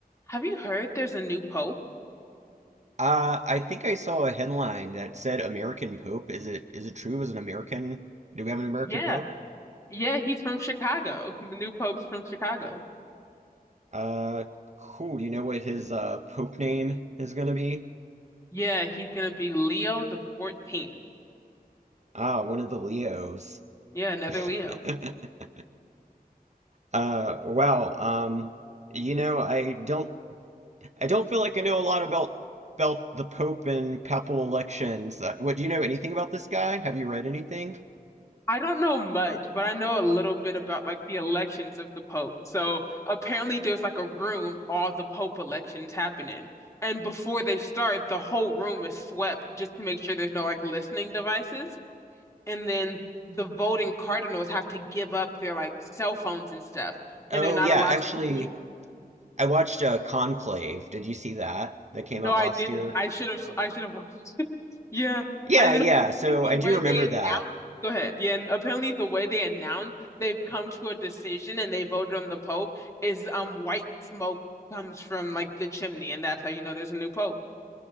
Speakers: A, on the left (about 20°); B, on the right (about 45°).
A: Have you heard there's a new pope?
B: Uh, I think I saw a headline that said American Pope. Is it is it true? Is an American? Do we have an American
A: Yeah.
B: Pope?
A: Yeah, he's from Chicago. <laughs> The new pope's from Chicago.
B: Uh, cool. Do you know what his uh Pope name is gonna be?
A: Yeah, he's gonna be Leo the 14th.
B: Ah, one of the Leos.
A: Yeah, another Leo.
B: <laughs> Uh, well, um, you know, I don't I don't feel like I know a lot about about the Pope and papal elections. Uh, what do you know anything about this guy? Have you read anything?
A: I don't know much, but I know a little bit about like the elections of the pope. So apparently there's like a room all the pope elections happen in. And before they start, the whole room is swept just to make sure there's no like listening devices. And then the voting cardinals have to give up their like cell phones and stuff.
B: Oh
A: and they're not
B: yeah,
A: allowed
B: actually,
A: to communicate
B: I watched uh, Conclave. Did you see that? That came
A: No,
B: out
A: I
B: last
A: didn't.
B: year.
A: I should have. I should have watched it. <laughs> Yeah,
B: Yeah,
A: and
B: yeah.
A: then apparently
B: So
A: the
B: I
A: way
B: do remember
A: they announced.
B: that.
A: Go ahead. Yeah, and apparently the way they announced they've come to a decision and they voted on the Pope is um white smoke comes from like the chimney, and that's how you know there's a new Pope.